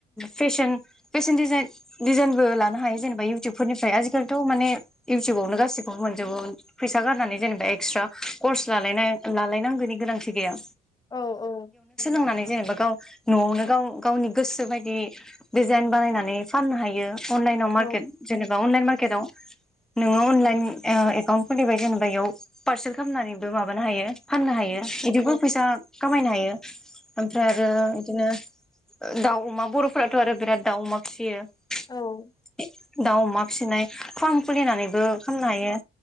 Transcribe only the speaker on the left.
औ औ।
औ
औ
औ